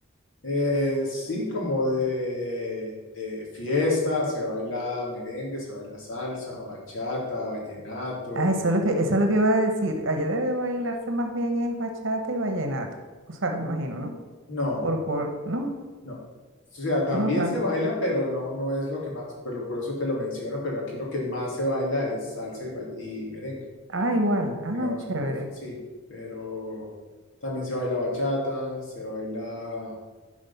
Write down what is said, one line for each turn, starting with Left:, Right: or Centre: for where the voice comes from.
Left: Eh, sí, como de, de fiesta, se baila merengue, se baila salsa, bachata, vallenato.
Right: Ah, eso es lo que, eso es lo que iba a decir. Allá debe bailarse más bien es bachata y vallenato. O sea, me imagino, ¿no?
Left: No,
Right: Por, por, no,
Left: No. O sea, también
Right: no tanto.
Left: se baila, pero no, no es lo que más, pero por eso te lo menciono, pero aquí lo que más se baila es salsa y, vall- y merengue,
Right: Ah, igual. Ah,
Left: digamos
Right: chévere.
Left: como las, sí, pero también se baila bachata, se baila,